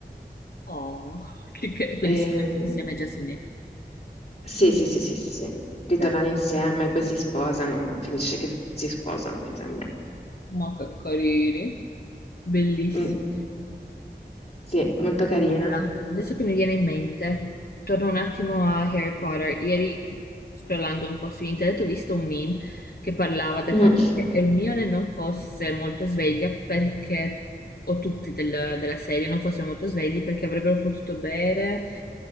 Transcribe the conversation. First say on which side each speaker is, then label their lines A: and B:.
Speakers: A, on the left; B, on the left.
A: Oh, che- che- quindi
B: Ehm,
A: si mettono insieme Jess e Nick.
B: sì, sì, sì, sì, sì, sì. ritornano
A: Eh,
B: insieme, poi si sposano, finisce che si sposano, mi sembra.
A: ma che carini. Bellissimo.
B: Mm. Sì, molto carina.
A: Guarda, Adesso che mi viene in mente, torno un attimo a Harry Potter. Ieri, scrollando un po' su internet, ho visto un meme che parlava del
B: Mm,
A: fatto che Hermione non fosse molto sveglia perché, o tutti del- della serie non fossero molto svegli perché avrebbero potuto bere